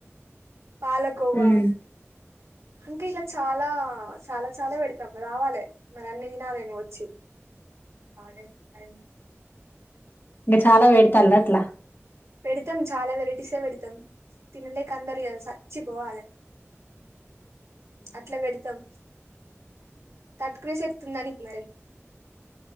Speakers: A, on the right; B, on the left.
A: Palkova.
B: ఉమ్
A: అంకా ఇలా చాలా చాలా చాలా పెడుతాం రావాలే మరి అన్ని తినాలని వచ్చి. అదే అ.
B: ఇంకా చాలా వెేడతలా అట్లా.
A: పెడతాం చాలా వెరైటీసే పెడుతాం తినలేక అందరు ఇగ సచ్చిపోవాలి..
B: ఆ.
A: అట్లా పెడుతాం. తట్టుకోనే శక్తి ఉందా మరి.